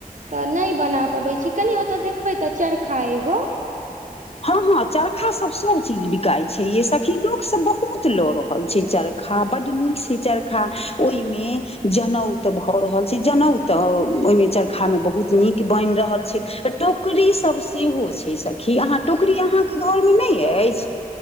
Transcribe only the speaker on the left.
हँ हँ चरखा सब सब चीज बिकाय छै ये सखी लोक सब बहुत लऽ़ रहल छै चरखा बड नीक छै चरखा ओहिमे जनौ भऽ रहल छै जनौ तऽ ओहिमे चरखा मे बहुत नीक बैन रहल छै टोकरी सब सेहो छै सखी अहाँ टुकड़री अहाँकेँ घर मे नै अछि